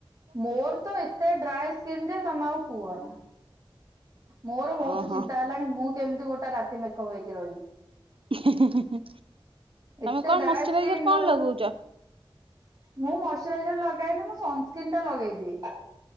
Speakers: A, on the right; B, on the right.
A: ମୋର ତ ଏତେ ଡ୍ରାଏ ସ୍କିନ୍ ଯେ ତମେ ଆଉ କୁହ ନା। ମୋର ବହୁତ
B: ଓହୋ
A: ଚିନ୍ତା ହେଲାଣି ମୁଁ କେମିତି ଗୋଟେ ରାତି ମେକଅପ୍ ହେଇକି ରହିବି।
B: ହେଁ ହେଁ ହେଁ
A: ଏତେ
B: ତମେ କଣ
A: ଡ୍ରାଏ
B: ମଶଚରାଇଜର
A: ସ୍କିନ୍
B: କଣ
A: ମୋର
B: ଲଗଉଛ?
A: ମୁଁ ମଶ୍ଚରାଇଜର ଲଗାଏନି ମୁଁ ସନସ୍କ୍ରୀନ୍ ଟା ଲଗେଇଦିଏ।